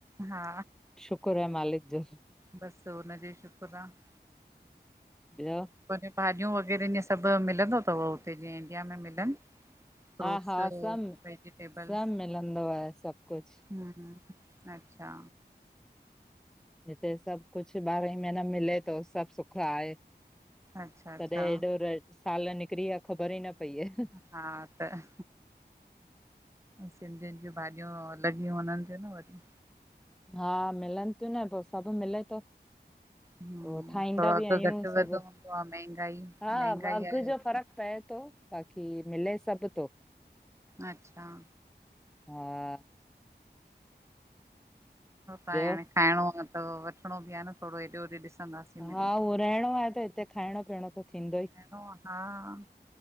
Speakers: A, on the right; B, in the centre.
A: हा
B: शुकुर आ मालिक जो --
A: बस हुन जी शुक्र आ --
B: ॿियो --
A: पाज्यूं भाॼियूं वग़ैरह ईअं सभु मिलंदो तव हुते जीअं इंडिया में मिलन -- फ्रूट्स,
B: हा हा सभु
A: वेजिटेबलस
B: सभु मिलंदो आहे सभु कुझु
A: हुं -- अच्छा
B: हीते सभु कुछु ॿारहां ई महीना मिले तो सभु सुख आहे --
A: अच्छा अच्छा
B: तॾहिं हेॾो साल निकरी विया ख़बर ई न पई आये --
A: हा त -- सिंधियुन ज्यूं भाॼियूं अलॻ ही वंञंनि थियूं न वरी
B: हा मिलन तियूं न पो सभु मिले तो।
A: हम्म
B: पो ठाहींदा
A: थोरो अघु
B: बि आहियूं
A: घटि
B: सभु,
A: वधि हूंदो आहे महांगाई
B: हा
A: महांगाई
B: अघि
A: आहे हुते
B: जो फर्कु पए तो। बाक़ी मिले सब् तो
A: अच्छा‌।
B: हा।
A: हाणे
B: ॿियो
A: खाइणो आहे त वठणो बि आहे न थोरो हेॾो होॾे ॾिसंदासीं मिली
B: हा उवो रहणो आहे त हिते खाइणो पीअणो त थींदो ही।
A: खाइणो आहे हा